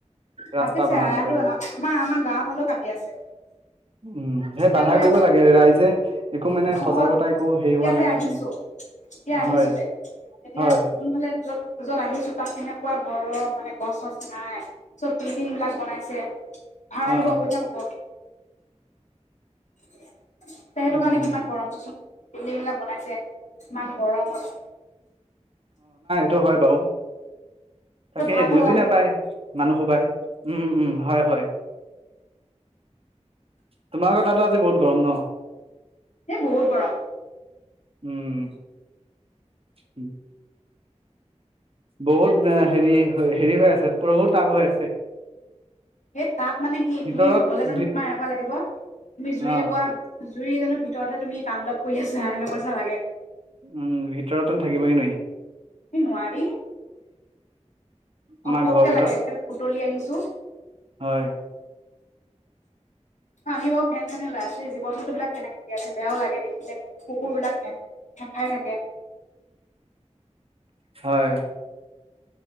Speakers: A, on the right (about 50°); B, on the left (about 80°).
A: ৰাস্তা
B: কাটিছে
A: বনাবলৈ
B: আয়ো
A: গৈ।
B: আমাৰ আমাৰ গাঁৱৰ ফালেও কাটি আছে,
A: উম, সেই
B: এতিয়াতো
A: বাধা কৰিব লাগে ৰাইজে <unintelligible>
B: চহৰত
A: একো
B: এতিয়া
A: হেৰি হোৱা নাই
B: যে
A: নে
B: আহিছোঁ
A: কি?
B: এতিয়া আহিছোঁ
A: হয়,
B: যে এতিয়া
A: হয়,
B: যোনফালে য'ত য'ত আহিছোঁ তাত তেনেকুৱা গৰম মানে গছ চছ নাই চব বিল্ডিং বিলাক বনাইছে ভাড়া
A: অ',
B: দিব পইচা হব। <inaudible> তে সেইটো
A: উম,
B: কাৰণে কিমান গৰম চচোন বিল্ডিংবলাক বনাইছে কিমান গৰমত <inaudible>
A: টো হয় বাৰু তাকে
B: তই ভাৱ
A: বুজি
B: হে আহিব
A: নাপায় মানুহ সোবাই উম উম হয় হয় তোমালোকৰ তাতো আজি বহুত গৰম ন?
B: সেই বহুত গৰম
A: উম। উম বহুত হেৰি হেৰি হৈ আছে পহু টাব হৈ আছে।
B: এই তাপ মানে কি
A: ভিতৰত
B: তুমি গ'লে জানো
A: ভি
B: তোমাৰ এনেকুৱা লাগিব তুমি জুই
A: অ
B: একা জুৰি জনৰ ভিতৰত হে তুমি তাণ্ডৱ কৰি আছা নিচিনা লাগে
A: উম ভিতৰতো থাকিবো নোৱাৰি। উ
B: নোৱাৰি,
A: আমাৰ
B: ঘপককে
A: ঘৰৰ ভিতৰত
B: লাগে একেবাৰে উতলি আহিছো।
A: হয়
B: আমি বাৰু ফেন চেনে লৈ আছো এই জীৱ জন্তু বিলাক কেনেকে আছে বেয়াও লাগে দেখিলে কুকুৰ বিলাক ফেফাই থাকে
A: হয়